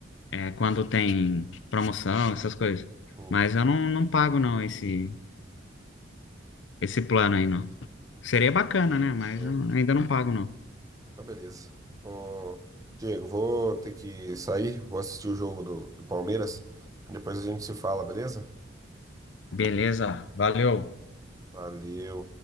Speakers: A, on the left (about 75°); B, on the right (about 20°).
A: é, quando tem promoção, essas coisas.
B: Hum,
A: Mas eu não, não pago não esse, esse plano aí não. Seria bacana, né? Mas
B: é.
A: eu ainda não pago não.
B: Então, beleza. Ô, Diego, vou ter que sair. Vou assistir o jogo do, do Palmeiras. Depois a gente se fala, beleza?
A: Beleza, valeu.
B: Valeu.